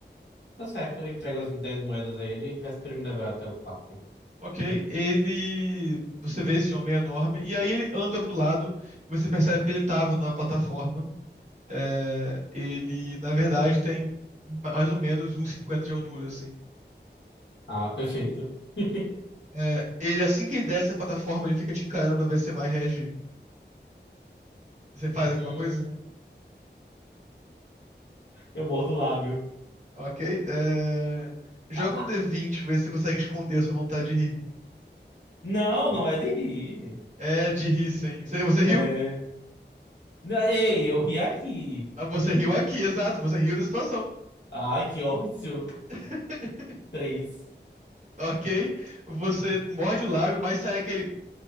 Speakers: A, on the left (about 75°); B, on the right (about 40°).
A: Tá certo, eu entrego as 10 moedas a ele e peço pra ele me levar até o quarto.
B: Ok? Ele. Você vê esse homem enorme, e aí ele anda pro lado, e você percebe que ele tava na plataforma. É, ele, na verdade, tem ma- mais ou menos um e cinquenta de altura, assim.
A: Ah, perfeito. <laughs>
B: É, ele, assim que ele desce a plataforma, ele fica te encarando pra ver se você vai reagir. Você faz alguma
A: Hum,
B: coisa?
A: eu mordo o lábio.
B: Ok. É, Joga
A: <laughs>
B: um D20, ver se você consegue esconder a sua vontade de rir.
A: Não, não é de rir.
B: É, de rir, sim. Você, você riu?
A: É. Não, Ei, eu ri aqui.
B: Ah, Você riu aqui, exato. Você riu da situação.
A: Ai, que ódio.
B: <laughs>
A: Três.
B: Ok? Você morde o lábio, mas sai aquele.